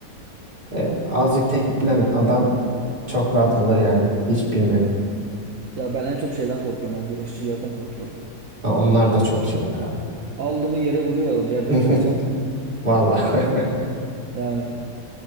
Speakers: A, on the right (about 30°); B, on the right (about 55°).
A: e, azıcık teknik bilen adam çok rahat
B: Hı
A: alır
B: hı.
A: yani. Hiç bilmeyeni.
B: Ya ben en çok şeyden korkuyorum. ya, güreşçilerden korkuyorum.
A: Ha, onlar da çok şey ya.
B: Aldığımı yere vuruyor adam. Yerden
A: <laughs>
B: yere çarpıyor.
A: Vallahi.
B: <laughs>
A: <laughs>
B: Yani